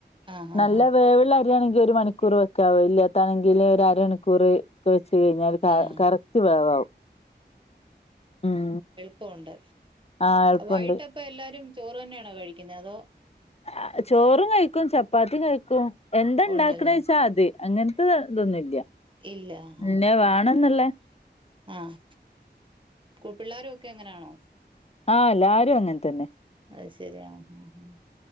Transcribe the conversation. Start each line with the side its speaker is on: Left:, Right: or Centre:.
Right: ആഹ് ആഹ്
Left: നല്ല
Right: ആഹ്
Left: വേവ്ള്ള അരിയാണെങ്കിൽ ഒരു മണിക്കൂർ വെക്കാ വേവില്ലാത്താണെങ്കില് ഒരു അരമണിക്കൂറ് വെച്ച് കഴിഞ്ഞാല് ക
Right: ആഹ്
Left: കറക്റ്റ് വേവാവും ഉം
Right: പ്പുണ്ട്
Left: ആഹ് എളുപ്പണ്ട്
Right: വയ്യ്ട്ടപ്പോ എല്ലാരും ചോറ് തന്നെയാണോ കഴിക്കുന്നത് അതോ?
Left: ആഹ് ചോറും കഴിക്കും ചപ്പാത്തിയും കഴിക്കും എന്താ ഇണ്ടാക്കണേച്ചാ
Right: ഉണ്ടല്ലേ
Left: അത് അങ്ങൻത്തെ ഇതൊന്നുല്ല
Right: ഇല്ല ആഹ്
Left: ഇന്ന വേണന്ന്ള്ളേ
Right: ആഹ് കൂ പിള്ളേരൊക്കെ അങ്ങനായാണോ?
Left: ആഹ് എല്ലാരും അങ്ങൻതന്നെ
Right: അയ്ശരിയാ ആഹ് ഉം ആഹ്